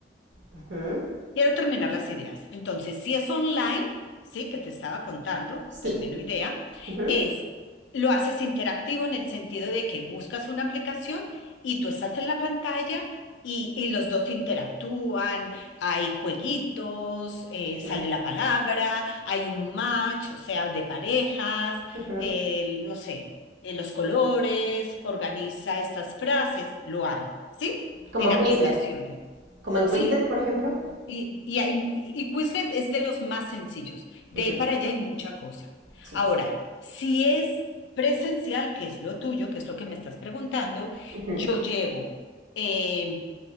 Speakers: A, on the right (about 85°); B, on the left (about 75°).
A: ujú,
B: Quiero terminar las ideas. Entonces, si es online, sí, que te estaba contando,
A: Sí.
B: termino idea,
A: ujú,
B: es, lo haces interactivo en el sentido de que buscas una aplicación y tú estás en la pantalla y, y los dos interactúan, hay jueguitos, eh, sale
A: ujú,
B: la palabra, hay un match, o sea, de parejas,
A: ujú.
B: eh, no sé, eh, los colores, organiza estas frases, lo hay, ¿sí?
A: Como
B: En aplicaciones.
A: Quizlet. Como en Quizlet,
B: Sí,
A: por ejemplo.
B: y, y, hay- y Quizlet es de los más sencillos. De
A: Ujú,
B: ahí para allá hay mucha cosa.
A: Sí.
B: Ahora, si es presencial, que es lo tuyo, que es lo que me estás preguntando,
A: ujú,
B: yo llevo, eh,